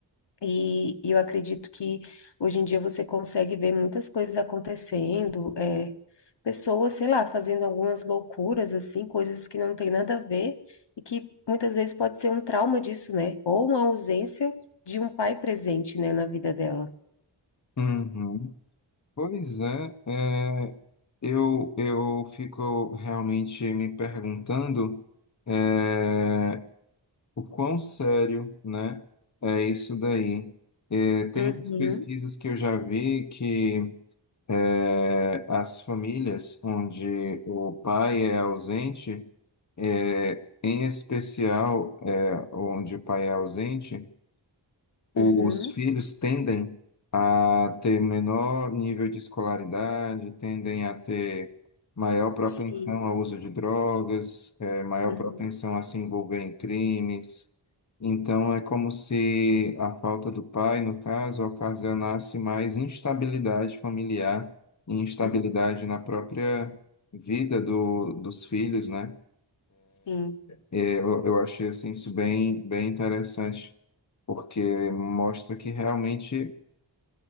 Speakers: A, on the left; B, on the left.
A: E, e eu acredito que hoje em dia você consegue ver muitas coisas acontecendo, é, pessoas, sei lá, fazendo algumas loucuras, assim, coisas que não tem nada a ver e que muitas vezes pode ser um trauma disso, né? Ou uma ausência de um pai presente, né, na vida dela.
B: uhum. Pois é, é, eu, eu fico realmente me perguntando é, o quão sério, né, é isso daí. É, tem
A: Uhum,
B: umas pesquisas que eu já vi que é, as famílias onde o pai é ausente É, em especial, é, onde o pai é ausente, os
A: uhum,
B: filhos tendem a ter menor nível de escolaridade, tendem a ter maior propensão
A: sim,
B: ao uso de drogas, é, maior
A: uhum,
B: propensão a se envolver em crimes. Então, é como se a falta do pai, no caso, ocasionasse mais instabilidade familiar e instabilidade
A: uhum,
B: na própria vida do, dos filhos, né?
A: sim,
B: É, Eu, eu achei assim, isso bem, bem interessante, porque mostra que realmente.